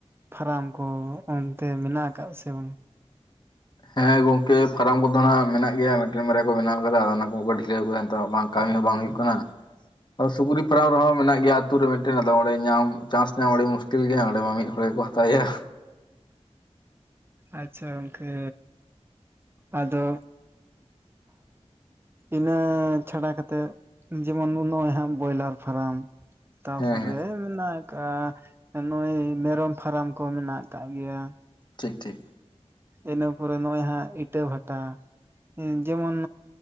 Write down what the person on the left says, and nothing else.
ᱦᱮᱸ ᱜᱚᱝᱠᱮ ᱯᱷᱟᱨᱟᱢ ᱠᱚᱫᱚ ᱦᱱᱟᱜ ᱢᱮᱱᱟᱜ ᱜᱮᱭᱟ ᱢᱤᱫᱴᱮᱱ ᱢᱟᱨᱟᱨᱭᱟ ᱠᱚ ᱵᱮᱱᱟᱣ ᱟᱠᱟᱫᱟ ᱚᱱᱟ ᱠᱚᱠᱚ ᱰᱷᱤᱞᱟᱹᱣ ᱟᱠᱟᱫᱟ ᱱᱤᱛᱚᱜ ᱵᱟᱝ ᱠᱟᱹᱢᱤ ᱦᱚᱸ ᱵᱟᱝ ᱦᱩᱭᱩᱜ ᱠᱟᱱᱟ ᱥᱩᱠᱨᱤ ᱯᱷᱟᱨᱟᱢ ᱨᱮᱦᱚᱸ ᱢᱮᱱᱟᱜ ᱜᱮᱭᱟ ᱟᱛᱩ ᱨᱮ ᱢᱤᱫᱴᱮᱱ ᱟᱫᱚ ᱚᱸᱰᱮ ᱧᱟᱢ ᱪᱟᱱᱥ ᱧᱟᱢ ᱟᱹᱰᱤ ᱢᱩᱥᱤᱞ ᱢᱩᱥᱠᱤᱞ ᱜᱮᱭᱟ ᱚᱸᱰᱮ ᱢᱟ ᱢᱤᱫ ᱦᱚᱲ ᱜᱮᱠᱚ ᱦᱟᱛᱟᱮᱣᱟ
ᱦᱮᱸ ᱦᱮᱸ
ᱴᱷᱤᱠ ᱴᱷᱤᱠ